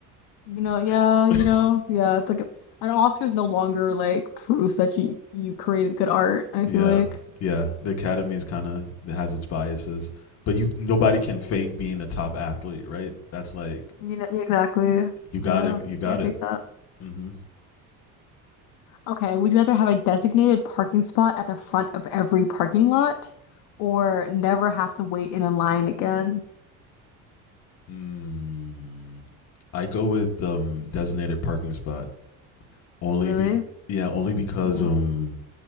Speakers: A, on the left; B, on the left.
A: You know,
B: <laughs>
A: yeah, you know, yeah. It's like an Oscar is no longer like proof that you you created good art. I
B: Yeah,
A: feel like,
B: yeah. The academy is kind of it has its biases, but you nobody
A: Mhm.
B: can fake being a top athlete, right? That's like
A: You know, yeah, exactly.
B: you got
A: Yeah,
B: it. You got
A: can't
B: it.
A: fake that.
B: Mm-hmm.
A: Okay, would you rather have a designated parking spot at the front of every parking lot, or never have to wait in a line again?
B: Mm. I go with um, designated parking spot only
A: Really?
B: be yeah only because
A: hmm
B: um